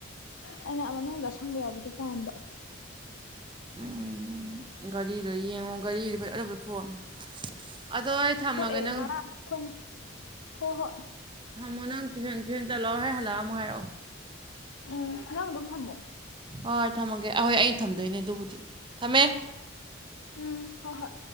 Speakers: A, on the left; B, on the right.
A: ꯑꯩꯅ ꯃꯅꯨꯡꯗ ꯑꯁꯪꯕ ꯌꯥꯎꯕꯗꯨ ꯄꯥꯝꯕ
B: ꯎꯝ ꯘꯔꯤꯗꯣ ꯌꯦꯡꯉꯣ ꯘꯔꯤꯗꯤ ꯐꯖ ꯐꯖꯕ ꯊꯣꯛꯑꯝꯅꯦ ꯑꯗꯣ ꯑꯩ ꯊꯝꯃꯒꯦ
A: ꯊꯣꯛꯑꯦ
B: ꯅꯪ
A: ꯉꯔꯥꯡ ꯑꯩꯈꯣꯏꯅ ꯍꯣꯏ ꯍꯣꯏ
B: ꯊꯝꯃꯣ ꯅꯪ ꯇꯨꯏꯁꯟ ꯊꯦꯛ ꯆꯠꯂꯣ ꯍꯣꯔꯦꯟ ꯍꯜꯂꯥ꯫ꯑ ꯑꯃꯨꯝ ꯍꯥꯏꯔꯛꯑꯣ
A: ꯎꯝ ꯅꯪ ꯑꯗꯨꯝ ꯊꯝꯃꯣ
B: ꯍꯣꯏ ꯊꯝꯃꯒꯦ ꯑꯍꯣꯏ ꯑꯩ ꯊꯝꯗꯣꯏꯅꯦ ꯑꯗꯨꯕꯨꯗꯤ ꯊꯝꯃꯦ
A: ꯎꯝ ꯍꯣ ꯍꯣꯏ